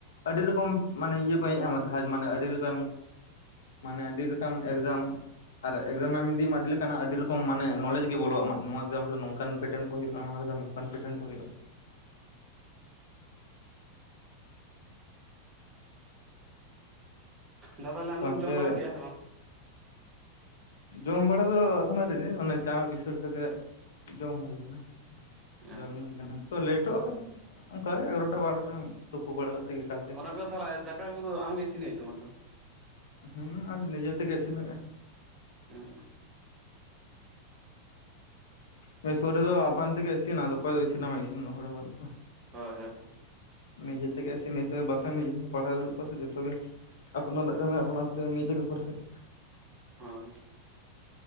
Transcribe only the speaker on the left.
ᱟᱹᱰᱤ ᱨᱚᱠᱚᱢ ᱢᱟᱱᱮ ᱤᱭᱟᱹ ᱠᱚ ᱦᱮᱡ ᱟᱢᱟ ᱫᱷᱟᱡᱽ ᱢᱟᱱᱮ ᱟᱹᱰᱤ ᱞᱮᱠᱟᱱ ᱢᱟᱱᱮ ᱟᱹᱰᱤ ᱞᱮᱠᱟᱱ ᱮᱠᱡᱟᱢ ᱟᱨ ᱮᱠᱡᱟᱢᱮ ᱮᱢ ᱤᱫᱤ ᱢᱟ ᱟᱹᱰᱤ ᱞᱮᱠᱟᱱᱟᱜ ᱟᱹᱰᱤ ᱨᱚᱠᱚᱢ ᱢᱟᱱᱮ ᱱᱚᱞᱮᱡ ᱜᱮ ᱵᱚᱞᱚᱜ ᱟ ᱢᱟ ᱱᱚᱣᱟ ᱮᱠᱡᱟᱢ ᱨᱮᱫᱚ ᱱᱚᱝᱠᱟᱱ ᱯᱮᱴᱟᱱ ᱠᱚ ᱦᱩᱭᱩᱜᱼᱟ᱾ ᱚᱱᱟ ᱱᱚᱝᱠᱟᱱ ᱯᱮᱴᱮᱱ ᱠᱚ ᱦᱩᱭᱩᱜᱼᱟ᱾
ᱥᱟᱶᱛᱮ
ᱡᱚᱢ ᱵᱟᱲᱟ ᱫᱚ ᱮᱠᱷᱚᱱᱳ ᱟᱹᱰᱤ ᱚᱱ ᱪᱟ ᱵᱤᱥᱴ ᱠᱚᱜᱮ ᱡᱚᱢ ᱦᱩᱭᱩ ᱟᱠᱟᱱᱟ᱾
ᱡᱚᱢ ᱧᱩᱩ ᱦᱩᱭ ᱠᱟᱱᱟ ᱛᱚ ᱞᱮᱴᱚᱜᱼᱟ ᱚᱱᱠᱟᱜᱮ ᱮᱜᱟᱨᱚᱴᱟ ᱵᱟᱨᱚᱴᱟ᱾ ᱛᱩᱯᱩ ᱵᱟᱲᱟ ᱠᱟᱛᱮ ᱜᱮ ᱮᱠᱟᱞᱛᱮ
ᱦᱮᱸ ᱟᱫᱚ ᱱᱤᱡᱮ ᱛᱮᱜᱮ ᱤᱥᱤᱱ ᱦᱩᱭᱩᱜᱼᱟ᱾
ᱢᱮᱥ ᱥᱩᱨ ᱨᱮᱫᱚ ᱟᱯᱟᱱ ᱛᱮᱜᱮ ᱤᱥᱤᱱᱟ ᱟᱫᱚ ᱚᱠᱚᱭ ᱫᱚ ᱤᱥᱤᱱᱟᱢᱟ ᱤᱥᱤᱱ ᱦᱚᱲ ᱦᱚᱸ ᱵᱟᱹᱱᱩᱜ ᱠᱚᱣᱟ᱾
ᱱᱤᱡᱮ ᱛᱮᱜᱮ ᱤᱥᱤᱱ ᱱᱤᱡᱮ ᱛᱮᱜᱮ ᱵᱟᱥᱟᱱ ᱱᱤᱡᱮ ᱛᱮᱜᱮ ᱯᱟᱲᱦᱟᱣ ᱫᱩᱲᱩᱵ ᱠᱚᱣᱟ ᱡᱚᱛᱚᱜ ᱜᱮ ᱟᱯᱱᱟᱨᱟᱜ ᱠᱟᱹᱢᱤ ᱟᱯᱱᱟᱨᱛᱮ ᱱᱤᱡᱮ ᱜᱮ ᱠᱚᱨᱟᱣ ᱦᱩᱭᱩᱜ-ᱟ ᱾